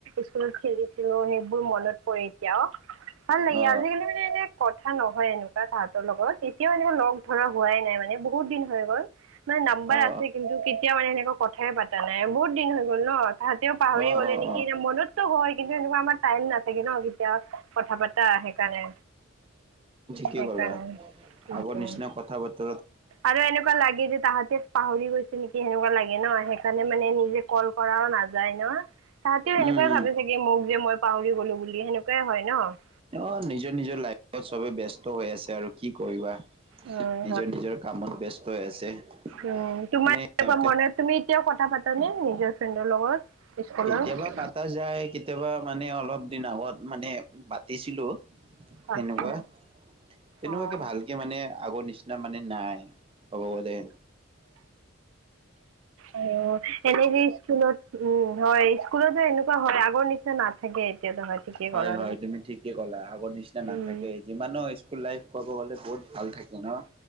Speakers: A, on the right; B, on the right.
A: স্কুলত খেলিছিলো, সেইবোৰ মনত পৰি এতিয়াও। ভাল লাগে
B: অ
A: আজিকালি মানে এনে কথা নহয় এনো তাহাঁতৰ লগত এতিয়াও এনেকা লগ ধৰা হোৱাই নাই মানে বহুত দিন হৈ গ'ল মানে নাম্বাৰ
B: অ
A: আছে কিন্তু কেতিয়া মানে সেনেকুৱা কথাইে পাো ানাই বহুতিন হৈ গল ন তাহাঁতেও পাহৰি
B: অ
A: গ'লে
B: অ অ
A: নেকি
B: অ।
A: মনতো গৰ কিন্তু এনেকুৱা আমাৰ টাইম না থাকে ন কেতিয়া কথা পাতা সেইকাৰণে
B: কি
A: সেইকাৰণে
B: গা
A: উম
B: আগৰ নিশয় কথা বাা
A: আৰু এনেকুৱা লাগে যে তাহাঁতি পাহৰি গৈছে নেকি সেনেকুৱা লাগে ন সেইকাৰণে নিজে কল কৰাও নাযায় ন তাহতেও সেনেকুৱাই
B: উম।
A: ভে চাগে মোক যে মই পাউৰি গ'লো বুলি সেনেকুৱাই হয় ন
B: অ নিজৰ নিজৰ লাইফত চবে বস্ত হৈ আছে আৰু কি কৰিবা
A: উম
B: নিজৰ নিজৰ কামত ব্যস্ত হৈ আছে
A: উ তোমাৰ
B: মানে সিহঁতে
A: একুৱা মনে তুমি এতিয়াও কথা পাতানে নিজৰ ফ্ৰেণ্ডৰ লগত স্কুলত
B: কেতিয়াবা পাতা যায় কেতিয়াবা মানে অলপ দিন আগত মানে পাতিছিলোঁ তেনেকুৱা
A: আচ্ছা
B: তেনেকুৱাকে
A: অঁ
B: ভালকে মানে আগৰ নিচ ন মানে নাই হ'ব ক দে
A: অ এনে যে স্কুলত উম হয় স্কুলত তেনেকুৱা হয় আগৰ নিচিনা নাথাকে এতিয়াতো ঠিকেই
B: হয়
A: ক'লা
B: হয় তুমি ঠিকে ক'লা আগৰ নিচিনা নাথাকে
A: উম
B: যিমানো স্কুল লাইফ কাব গলে বহুত ভাল থাকে ন